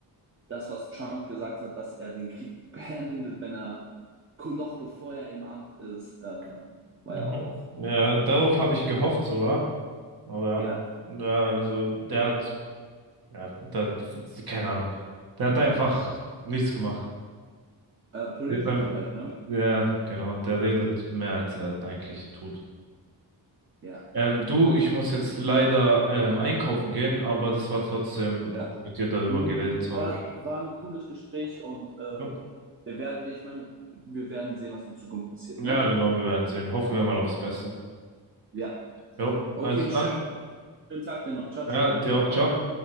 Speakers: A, on the right; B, on the right.
A: das, was Trump gesagt hat, dass er den Krieg <laughs> beendet, wenn er noch bevor er im Amt ist, äh, war
B: mhm.
A: ja auch,
B: Ja, darauf habe ich gehofft sogar, aber
A: ja,
B: ja, also der hat, ja, der hat, keine Ahnung, der hat einfach nichts gemacht.
A: äh, Politiker
B: Der,
A: halt, ne?
B: ja, genau, der redet mehr als er eigentlich tut.
A: Ja,
B: Ähm, du, ich muss jetzt leider ähm, einkaufen gehen, aber das war trotzdem
A: ja.
B: cool, mit dir darüber
A: Hm,
B: geredet zu
A: War,
B: haben.
A: war ein cooles Gespräch und äh,
B: Ja,
A: wir werden, ja, ich meine, wir werden sehen, was in Zukunft passiert,
B: Ja,
A: ne?
B: genau, wir werden sehen. Hoffen wir mal aufs Beste.
A: Ja.
B: Jo,
A: Okay,
B: also dann.
A: schön. Schönen Tag dir noch. Ciao,
B: Ja,
A: ciao.
B: dir auch, ciao.